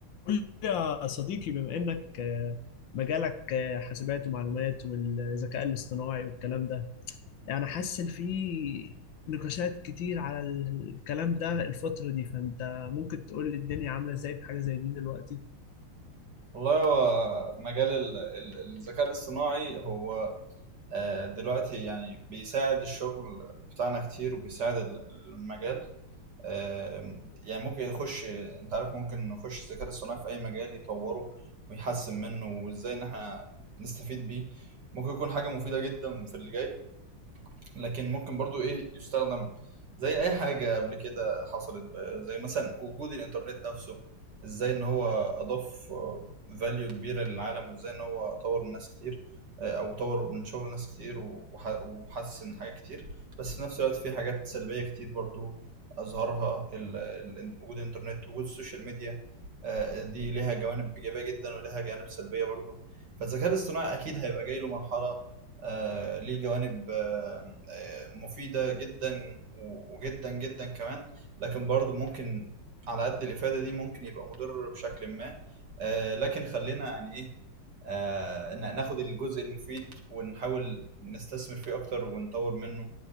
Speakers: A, on the left; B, on the right.
A: قول لي يا صديقي بما انك آه، مجالك آه، حاسبات ومعلومات والذكاء الاصطناعي والكلام ده يعني حاسس إن في نقاشات كتير على الكلام ده الفترة دي فانت ممكن تقول لي الدنيا عاملة ازاي في حاجة زي دي دلوقتي
B: والله هو مجال ال- ال- الذكاء الاصطناعي هو آه، دلوقتي يعني بيساعد الشغل بتاعنا كتير وبيساعد ال- المجال آه، يعني ممكن يخش انت عارف ممكن نخش الذكاء الاصطناعي في اي مجال يطوره ويحسن منه وازاي ان احنا نستفيد بيه ممكن يكون حاجة مفيدة جدا في اللي جاي لكن ممكن برضو ايه يستخدم زي اي حاجة قبل كده حصلت بقى زي مثلا وجود الانترنت نفسه ازاي ان هو اضاف فاليو كبيرة للعالم وازاي ان هو طور من ناس كتير آه، او طور من شغل ناس كتير وح- وحسن حاجات كتير بس في نفس الوقت في حاجات سلبية كتير برضو اظهرها ال- ال- وجود الانترنت وجود السوشيال ميديا آه، دي ليها جوانب ايجابية جدا وليها جوانب سلبية برضو فالذكاء الاصطناعي اكيد هيبقى جاي له مرحلة آه، ليه جوانب آه، آه، مفيدة جدا و- وجدا جدا كمان لكن برضو ممكن على قد الإفادة دي ممكن يبقى مضر بشكل ما آه، لكن خلينا يعني إيه آه، ن- ناخد الجزء المفيد ونحاول نستثمر فيه أكتر ونطور منه